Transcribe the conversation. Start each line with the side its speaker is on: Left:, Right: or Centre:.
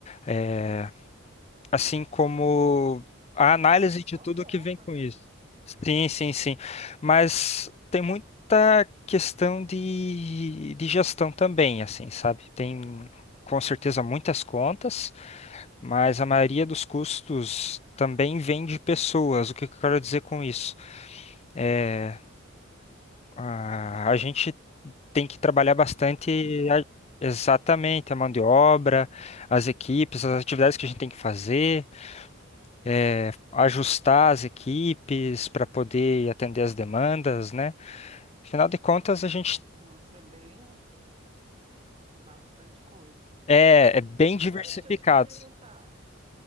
Left: eh, assim como a análise
Right: Então é só
Left: de tudo
Right: conta,
Left: que vem
Right: né?
Left: com isso. Sim, sim, sim. Mas tem muita questão de, de gestão também, assim, sabe? Tem com certeza muitas contas, mas a maioria dos custos também vem de pessoas. O que que eu quero dizer com isso? É, a, a gente tem que trabalhar bastante
Right: Mão de obra.
Left: a- exatamente a mão de obra, as equipes, as atividades que a gente tem que fazer eh, ajustar as equipes para poder atender as demandas, né? Afinal de contas, a gente
Right: Nossa, é bem bastante coisa.
Left: é, é bem diversificado.
Right: Agora deixa eu te perguntar.